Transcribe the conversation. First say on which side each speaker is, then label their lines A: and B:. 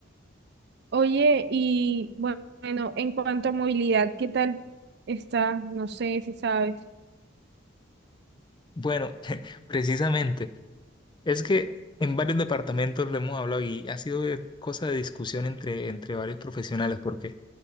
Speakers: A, on the right (about 55°); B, on the left (about 25°).
A: Oye, y bueno, en cuanto a movilidad, ¿qué tal está? No sé si sabes.
B: Bueno, <laughs> precisamente, es que en varios departamentos lo hemos hablado y ha sido de- cosa de discusión entre, entre varios profesionales, porque